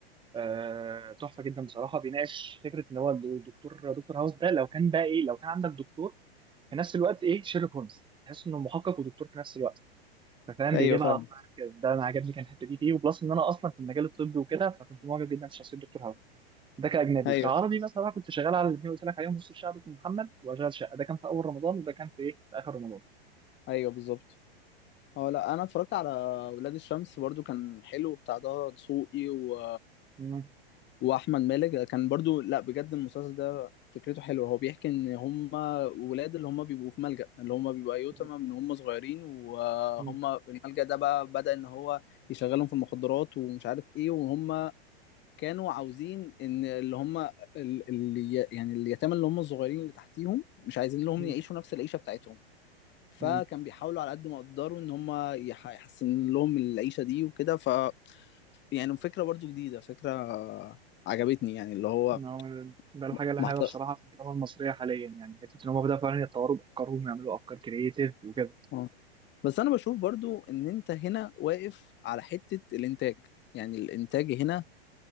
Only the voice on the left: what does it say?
ايوه
فاهم
ايوه
ايوه بالظبط اه لا انا اتفرجت على ولاد الشمس برضو كان حلو بتاع ده دسوقي و...
واحمد مالك كان برضو لا بجد المسلسل ده فكرته حلوه هو بيحكي ان هم ولاد اللي هم بيبقوا في ملجأ اللي هم بيبقوا ايتام
من هم صغيرين وهم
الملجأ ده بقى بدأ ان هو يشغلهم في المخدرات ومش عارف ايه وهم كانوا عاوزين ان اللي هم اللي يعني اليتامى اللي هم الصغيرين اللي تحتيهم مش عايزين لهم
يعيشوا نفس العيشه بتاعتهم فكان
بيحاولوا على قد ما يقدروا ان هم يح- يحسن لهم العيشه دي وكده ف يعني فكره برضو جديده فكره عجبتني يعني اللي هو
م-
محت...
آه. بس انا بشوف برضو ان انت هنا واقف على حته الانتاج يعني الانتاج هنا